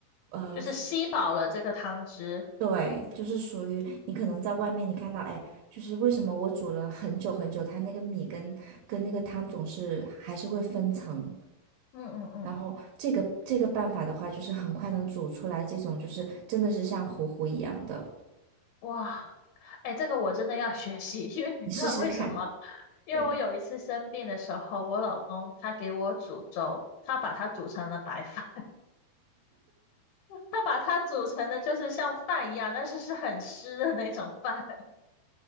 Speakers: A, on the right; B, on the left.
A: 呃。
B: 就是吸饱了这个汤汁。
A: 对，就是属于你可能在外面你看到，哎，就是为什么我煮了很久很久，它那个米跟跟那个汤总是还是会分层。
B: 嗯嗯嗯。
A: 然后这个这个办法的话，就是很快能煮出来这种，就是真的是像糊糊一样的，
B: 哇，哎，这个我真的要学习，因为你知道为什么？
A: 你试试看。
B: 因为我有一次生病的时候，
A: 对，
B: 我老公他给我煮粥，他把它煮成了白饭，<laughs> 他把它煮成的就是像饭一样，但是是很湿的那种饭。